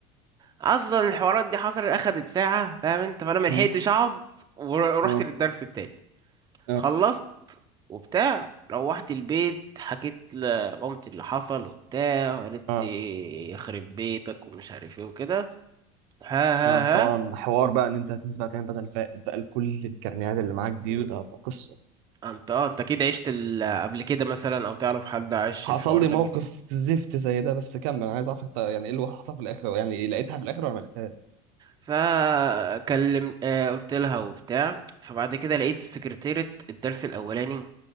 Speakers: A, on the right; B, on the right.
A: اصلا الحوارات دي حصلت اخدت ساعه فاهم انت فانا ملحقتش
B: مم.
A: اقعد ورحت
B: اه
A: للدرس التاني
B: اه
A: خلصت وبتاع روحت البيت حكيت لمامتي اللي حصل وبتاع وقالت
B: اه
A: لي يخرب بيتك ومش عارف ايه وكده ها ها
B: آه. طبعا
A: ها
B: حوار بقى ان انت هتنزل بقى تعمل بدل فائت بقى لكل الكرنيهات اللي معاك دي وده ده قصه
A: انت اه انت اكيد عشت ال- قبل كده مثلا او تعرف حد عاش
B: حصل
A: الحوار
B: لي
A: ده
B: موقف
A: قبل كده
B: زفت زي ده بس كمل انا عايز اعرف انت يعني ايه اللي حصل في الاخر يعني لقيتها في الاخر ولا ما لقيتهاش
A: فكلم آه قلت لها وبتاع فبعد كده لقيت سكرتيرة الدرس الاولاني